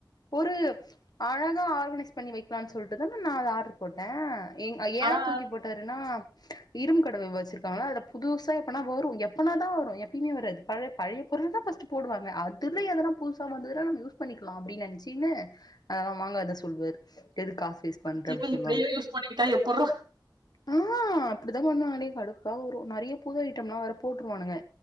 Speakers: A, on the left; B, on the right.
A: ஒரு அழகா ஆர்கனைஸ் பண்ணி வைக்கலான்னு சொல்லிட்டுதான நா அத ஆர்டர் போட்டே எங் ஏ
B: ஆனா
A: தூக்கி போட்டாரு ஏன்னா இரும்பு கட வச்சிருக்காங்களா அதுல புதுசா எப்பனா வரும் எப்பனா தா வரும் பயுமே வராது பழ பழைய பொருள் தா பஸ்ட் போடுவாங்க அது திருநீலல்லா புதுசா வந்ததுன்னா நம்ம யூஸ் பண்ணிக்கலாம் அப்டின்னு நினைச்சின்னு அதெல்லா வாங்க அத சொல்லுவாரு எது காசு வேஸ்ட் பண்ற
B: திருப்பி
A: அப்டி சொல்லுவாங்க
B: இப்படியே யூஸ் பண்ணிக்கிட்டா எப்புட்றா
A: ஆ அப்படித்தா பண்ணுவாங்கனே கடுப்பா வரு நிறைய புது ஐட்டம் எல்லாம் வேற போட்டுருவானுங்க